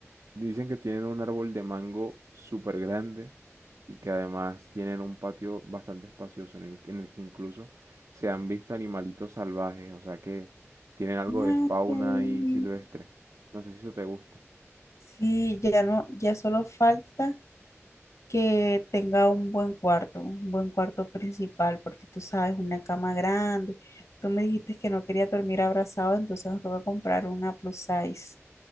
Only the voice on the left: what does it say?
Ay,
qué lindo.
Sí, ya no, ya solo falta. que tenga un buen cuarto, un buen cuarto principal, porque tú sabes, una cama grande. Tú me dijiste que no quería dormir abrazado, entonces nos toca comprar una plus size.